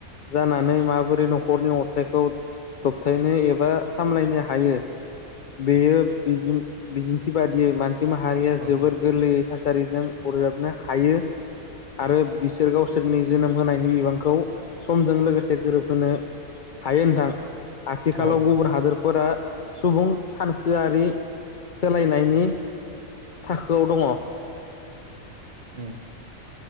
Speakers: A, on the left; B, on the right.
A: जानानै माबोरै न'खरनि अरथाइखौ दबथायनो एबा सामलायनो हायो बेयोदि बिदिन्थि बादियै मानसि माहारिया
B: औ
A: जोबोर गोरलैयै थासारिजों अरजाबनो हायो आरो बिसोर गावसोरनि जोनोम होनायनि बिबांखौ समजों लोगोसे गोरोबहोनो हायो नोंथां आथिखालाव
B: औ औ।
A: गुबुन हादोर फोरा सुबुं सानखोआरि सोलायनायनि थाखोआव दङ।
B: ओम